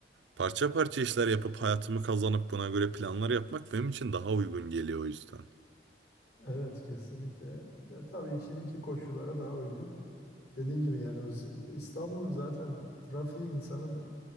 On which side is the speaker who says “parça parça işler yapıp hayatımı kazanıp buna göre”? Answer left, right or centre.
Right